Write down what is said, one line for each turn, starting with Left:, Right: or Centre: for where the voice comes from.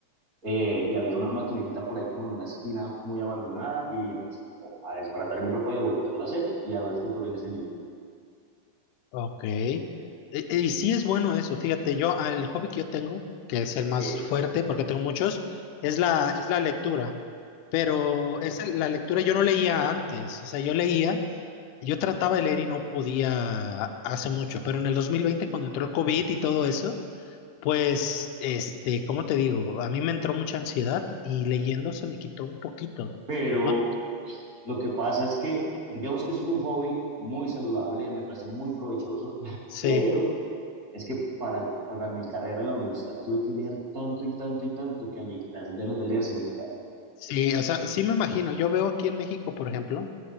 Right: eh, y había una maquinita por ahí como en una esquina muy abandonada y empecé a desbaratar mi ropa y a volverla a hacer y a ver tutoriales en YouTube.
Left: Ok. E- e- Y, sí es bueno eso. Fíjate, yo, ah, el hobby que yo tengo, que es el más
Right: Sí,
Left: fuerte, porque tengo muchos, es la, es la lectura. Pero esa, la lectura yo no leía antes. O sea, yo leía, yo trataba de leer y no podía hace mucho. Pero en el dos mil veinte cuando entró el COVID y todo eso, pues, este, ¿cómo te digo? A mí me entró mucha ansiedad y leyendo se me quitó un poquito.
Right: pero
Left: No,
Right: lo que pasa es que, digamos que eso es un hobby muy saludable, me parece muy provechoso, <laughs>
Left: sí.
Right: pero es que para, para mi carrera en la universidad tuve que leer tanto y tanto y tanto que a mí las ganas de leer se me quitaron.
Left: Sí, o sea, sí me imagino. Yo veo aquí en México, por ejemplo.